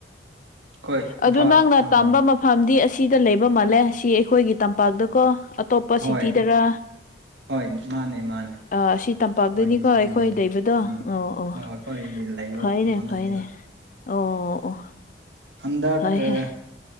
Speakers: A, on the right; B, on the left.
A: ꯍꯣꯏ
B: ꯑꯗꯨ
A: ꯏꯝꯐꯥꯜ
B: ꯅꯪꯅ
A: ꯑꯥ
B: ꯇꯝꯕ ꯃꯐꯝ ꯐꯝꯗꯤ ꯑꯁꯤꯗ ꯂꯩꯕ ꯃꯥꯜꯂꯦ ꯁꯤ ꯑꯩꯈꯣꯏꯒꯤ ꯇꯝꯄꯥꯛꯇꯀꯣ ꯑꯇꯣꯞꯄ
A: ꯍꯣꯏ
B: ꯁꯤꯇꯤꯗꯔ
A: ꯍꯣꯏ ꯃꯥꯅꯦ ꯃꯥꯅꯦ
B: ꯑꯥ ꯑꯁꯤ ꯇꯝꯄꯥꯛꯇꯅꯤꯀꯣ
A: ꯑꯩꯈꯣꯏꯒꯤ ꯁꯤꯇꯤꯗꯅꯤ
B: ꯑꯩꯈꯣꯏ ꯂꯩꯕꯗꯣ
A: ꯎꯝ
B: ꯑꯣ ꯑꯣ
A: ꯑꯩꯈꯣꯏꯒꯤ ꯂꯩꯕ
B: ꯐꯩꯅꯦ
A: ꯃꯐꯝꯗꯨꯅꯦꯕ
B: ꯐꯩꯅꯦ ꯑꯣ ꯑꯣ
A: ꯍꯟꯗꯛ
B: ꯐꯩꯍꯦ
A: ꯀ